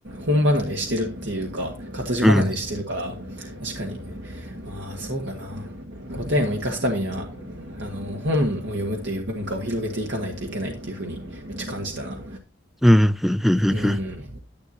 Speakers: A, on the right; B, in the centre.
A: 本離れしてるっていうか、活字離れしてるから、
B: うん。
A: 確かに。まあ、そうかな。古典を生かすためには、あの、本を読むっていう文化を広げていかないといけないっていうふうにめっちゃ感じたな。
B: うん、うんうんうんうん。
A: うん。